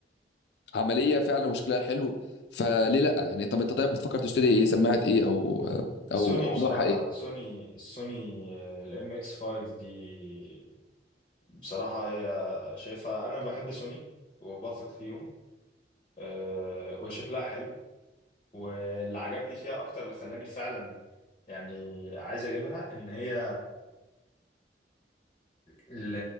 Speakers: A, on the left; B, on the left.
A: وعمليه فعلا وشكلها حلو فليه لا يعني طب انت طيب بتفكر تشتري ايه سماعه ايه او او
B: سوني
A: او
B: بصراحة
A: نوعها ايه
B: سوني سوني الام اكس 5 دي بصراحة هي شايفها أنا بحب سوني وبثق فيهم آه، وشكلها حلو واللي عجبني فيها أكتر اللي خلاني فعلا يعني عايز أجيبها إن هي ال-